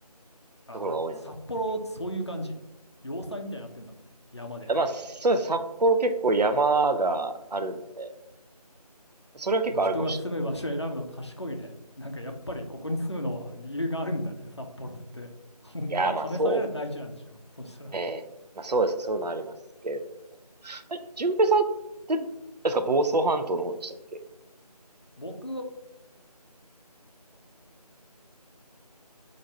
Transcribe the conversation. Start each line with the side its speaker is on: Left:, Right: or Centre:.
Left: ああ、
Right: ところが多いのかなっていう。
Left: 札幌、
Right: い
Left: そういう感じ。要塞みたいになってんだ。山で。
Right: やまあ、そうです。札幌結構山があるので、それは結構あるかもしれないです。
Left: 人が住む場所を選ぶの賢いね。なんかやっぱりここに住むのは理由があるんだね、札幌って。他は試される大事なんでしょ。
Right: いや、まあ、そう
Left: そしたら。
Right: ええ、まあそうですね、そういうのありますけれど。え、淳平さんって、あれですか、房総半島の方でしたっけ
Left: 僕は、